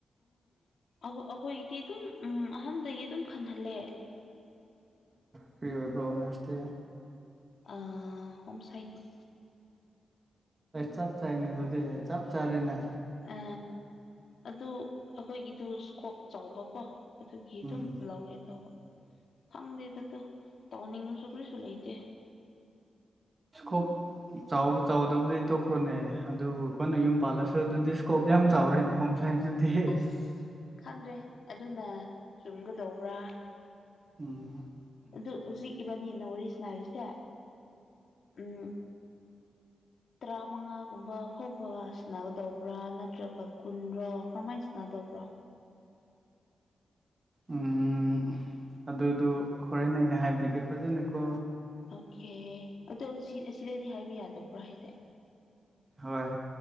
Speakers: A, on the left; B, on the right.
A: ꯑꯩꯈꯣꯏꯗꯤ ꯑꯗꯨꯝ ꯎꯝ ꯑꯍꯟꯗꯒꯤ ꯑꯗꯨꯝ ꯈꯟꯍꯜꯂꯦ
B: ꯀꯔꯤ ꯑꯣꯏꯕꯔ ꯑꯣꯅꯔꯁꯇꯤ
A: ꯑ ꯍꯣꯝ ꯁꯥꯏꯟꯁ
B: ꯆꯞ ꯆꯥꯏꯅꯦ ꯑꯗꯨꯗꯤ ꯆꯞ ꯆꯥꯔꯦꯅꯦ
A: ꯑ ꯑꯗꯨ ꯑꯩꯈꯣꯏꯒꯤꯗꯨ ꯏꯁꯀꯣꯞ ꯆꯥꯎꯕꯀꯣ ꯑꯗꯨꯒꯤ
B: ꯎꯝ
A: ꯑꯗꯨꯝ ꯂꯧꯒꯦ ꯇꯧꯕ ꯈꯪꯗꯦꯗꯣ ꯇꯧꯅꯤꯡꯉꯥꯏꯁꯨ ꯀꯩꯝꯇ ꯂꯩꯇꯦ
B: ꯏꯁꯀꯣꯞ ꯆꯥꯎꯕ ꯆꯥꯎꯗꯕꯗꯤ ꯇꯣꯛꯈ꯭ꯔꯣꯅꯦ ꯑꯗꯨꯕꯨ ꯑꯩꯈꯣꯏꯅ ꯌꯨꯝ ꯄꯥꯜꯂꯁꯨ ꯑꯗꯨꯗꯤ ꯏꯁꯀꯣꯞ ꯌꯥꯝ ꯆꯥꯎꯔꯦꯅꯦ ꯍꯣꯝ ꯁꯥꯏꯟꯁꯇꯨꯗꯤ
A: ꯑꯁ ꯈꯪꯗ꯭ꯔꯦ ꯑꯗꯨꯅ ꯆꯨꯝꯒꯗꯧꯕ꯭ꯔ
B: ꯎꯝ
A: ꯑꯗꯨ ꯍꯧꯖꯤꯛ ꯏꯕꯥꯅꯤꯅ ꯋꯥꯔꯤꯁꯅꯥꯔꯤꯁꯦ ꯎꯝ ꯇꯔꯥꯃꯉꯥꯒꯨꯝꯕ ꯐꯥꯎꯕ ꯁꯥꯅꯒꯗꯧꯕ꯭ꯔ ꯅꯠꯇ꯭ꯔꯒ ꯀꯨꯟꯔꯣ ꯀꯔꯝꯍꯥꯏꯅ ꯁꯥꯅ ꯇꯧꯕ꯭ꯔ
B: ꯎꯝ ꯑꯗꯨꯗꯨ ꯍꯣꯔꯦꯟ ꯑꯩꯅ ꯍꯥꯏꯕꯤꯒꯦ ꯐꯖꯅꯀꯣ
A: ꯑꯣꯀꯦ ꯑꯗꯣ ꯑꯁꯤꯗꯗꯤ ꯍꯥꯏꯕ ꯌꯥꯗꯕ꯭ꯔꯣ ꯍꯥꯏꯁꯦ
B: ꯍꯣꯏ